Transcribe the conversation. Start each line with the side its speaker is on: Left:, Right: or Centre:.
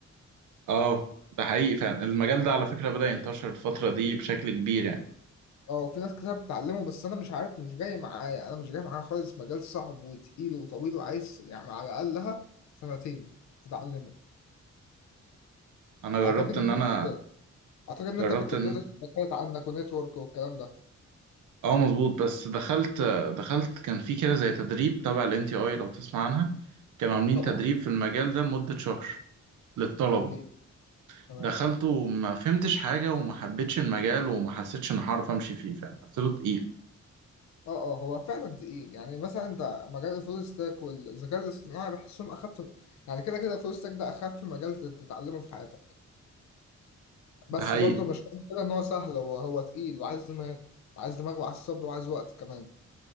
Right: اه ده حقيقي فعلا المجال ده على فكرة بدأ ينتشر الفترة دي بشكل كبير يعني
Left: اه في ناس كتير بتتعلمه بس انا مش عارف مش جاي معايا انا مش جاي معايا خالص مجال صعب وتقيل وطويل وعايز يعني على الاقلها سنتين تتعلمه
Right: انا جربت
Left: اعتقد ان
Right: ان
Left: انت
Right: انا
Left: كنت اعتقد ان
Right: جربت
Left: انت كنت
Right: ان
Left: بتدرس شبكات عندك ونتورك والكلام ده
Right: اه مظبوط بس دخلت دخلت كان في كده زي تدريب تبع ال NTI لو تسمع عنها كانوا عاملين
Left: طبعا
Right: تدريب في المجال ده لمدة شهر للطلبة
Left: اكيد تمام
Right: دخلته وما فهمتش حاجة وما حبيتش المجال وما حسيتش إن هعرف أمشي فيه فعلا حسيته تقيل
Left: اه اه هو فعلا تقيل يعني مثلا انت مجال الفول ستاك والذكاء الاصطناعي بحسهم اخف يعني كده كده الفول ستاك ده اخف مجال تت- تتعلمه في حياتك بس
Right: ده حقيقي
Left: برضه مش معنى كده ان هو سهل هو هو تقيل وعايز دماغ وعايز دماغ وعايز صبر وعايز وقت كمان